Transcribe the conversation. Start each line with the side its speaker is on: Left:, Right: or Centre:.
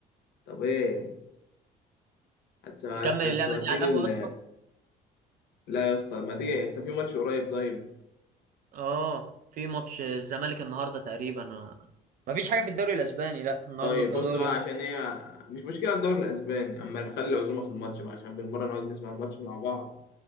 Left: طب ايه هتس-
Right: نكمل
Left: هت-
Right: اللعبة
Left: هتوديني
Right: دي على القهوة
Left: ال...
Right: اصلا
Left: لا يا اسطى ما تيجي انت في ماتش قريب طيب
Right: اه في ماتش الزمالك النهارده تقريبا آه. مفيش حاجة في الدوري الأسباني لا النهاردة
Left: طيب بص
Right: ده دوري
Left: بقى
Right: مصر
Left: عشان هي مش مشكلة الدوري الأسباني أما خلي العزومة في الماتش بقى عشان بالمرة نقعد نسمع الماتش مع بعض